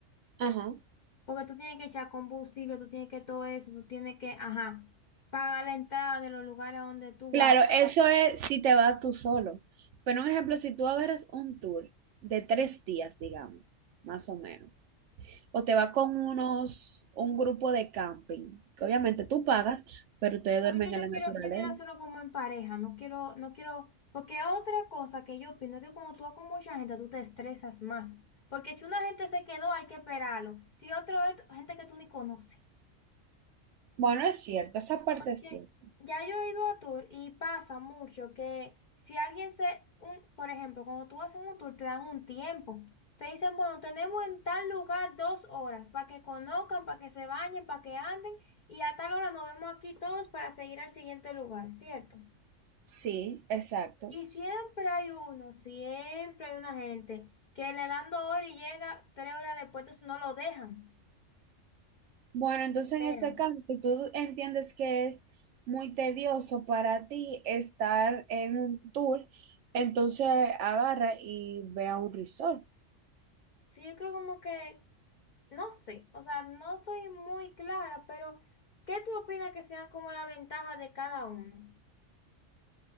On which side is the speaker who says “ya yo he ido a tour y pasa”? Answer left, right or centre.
Left